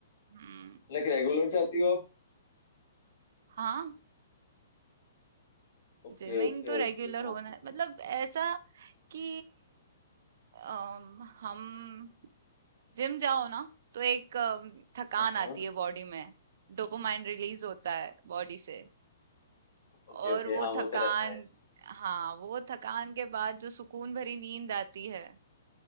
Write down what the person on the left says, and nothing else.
लाइक रेगुलर जाती हो आप
ओके
ओके
ओके
काफी
सही
हाँ हाँ
ओके ओके
हाँ वो
तो रहता है